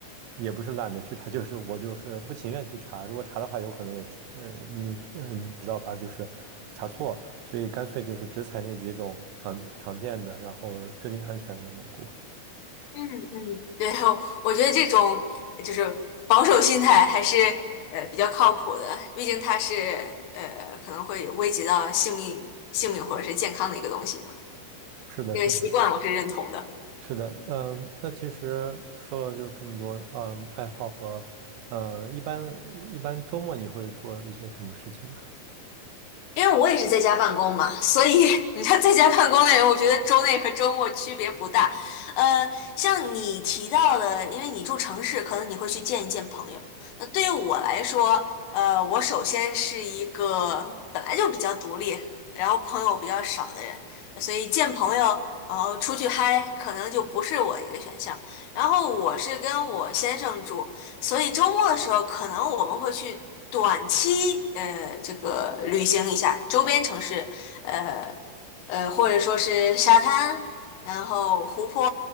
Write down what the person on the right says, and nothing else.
也不是懒得去查，就是我就是不情愿去查，如果查的话，有可能也是，嗯，你嗯，你知道吧，就是查错，所以干脆就是只采那几种常常见的，然后确定安全的蘑菇。
是的，
是的。是的，嗯，那其实说了就这么多，嗯，爱好和，呃，一般一般周末你会做一些什么事情呢？